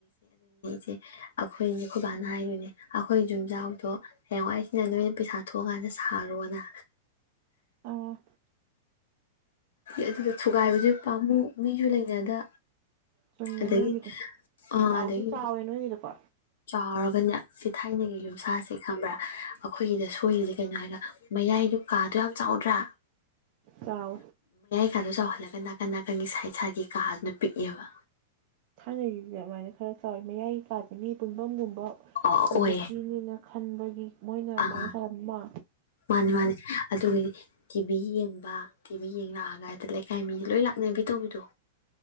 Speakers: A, on the left; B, on the right.
A: ꯁꯦ ꯑꯩꯈꯣꯏꯅꯦ ꯈꯨꯣꯏꯕꯥꯅ ꯍꯥꯏꯔꯤꯅꯦ ꯑꯩꯈꯣꯏ ꯌꯨꯝꯖꯥꯎꯗꯣ ꯍꯌꯦꯡꯋꯥꯏꯁꯤꯅ ꯅꯣꯏꯅ ꯄꯩꯁꯥ ꯊꯣꯛꯑꯀꯥꯟꯗ ꯁꯥꯔꯣꯅ
B: ꯑꯥ
A: ꯑꯗꯨꯗ ꯊꯨꯒꯥꯏꯕꯁꯨ ꯄꯥꯝꯃꯨ ꯃꯤꯁꯨ ꯂꯩꯅꯗ
B: ꯆꯨꯝꯃꯦ
A: ꯑꯗꯒꯤ
B: ꯅꯣꯏꯒꯤꯗ
A: ꯑꯥ
B: ꯆꯥꯎꯗꯤ
A: ꯑꯗꯒꯤ
B: ꯆꯥꯎꯋꯦ ꯅꯣꯏꯒꯤꯗꯀꯣ
A: ꯆꯥꯎꯔꯒꯅꯦ ꯁꯤ ꯊꯥꯏꯅꯒꯤ ꯌꯨꯝꯁꯥꯁꯦ ꯈꯪꯕ꯭ꯔꯥ ꯑꯩꯈꯣꯏꯒꯤꯗ ꯁꯣꯏꯔꯤꯁꯦ ꯀꯩꯅꯣ ꯍꯥꯏꯔꯒ ꯃꯌꯥꯏꯗꯨ ꯀꯥꯗꯣ ꯌꯥꯝ ꯆꯥꯎꯗ꯭ꯔ
B: ꯆꯥꯎ
A: ꯏꯁꯥꯗꯣ ꯆꯥꯎꯍꯜꯂꯒ ꯅꯥꯀꯟ ꯅꯥꯀꯟꯒꯤ ꯁꯥꯏꯇ ꯁꯥꯏꯇ ꯒꯤ ꯀꯥꯗꯨꯅ ꯄꯤꯛꯑꯦꯕ
B: ꯊꯥꯏꯅꯩꯁꯦ ꯑꯗꯨꯃꯥꯏꯅ ꯈꯔ ꯆꯥꯎꯋꯤ ꯃꯌꯥꯏ ꯀꯥꯥꯁꯦ ꯃꯤ ꯄꯨꯟꯐꯝꯒꯨꯝꯕ ꯑꯣꯏꯕꯒꯤꯅꯤꯅ
A: ꯑꯣ ꯑꯣꯏꯌꯦ
B: ꯈꯟꯕꯒꯤ ꯃꯣꯏꯅ ꯑꯗꯨꯃꯥꯏꯅ
A: ꯑꯥ ꯑꯥ
B: ꯆꯥꯎꯔꯝꯕ
A: ꯃꯥꯅꯤ ꯃꯥꯅꯤ ꯑꯗꯨꯒꯤꯗꯤ ꯇꯤꯚꯤ ꯌꯦꯡꯕ ꯇꯤꯚꯤ ꯌꯦꯡ ꯂꯥꯛꯑꯒ ꯑꯗꯨꯗꯩ ꯂꯩꯀꯥꯏ ꯃꯤꯗꯤ ꯂꯣꯏ ꯂꯥꯛꯅꯕꯤ ꯇꯧꯕꯤꯗꯣ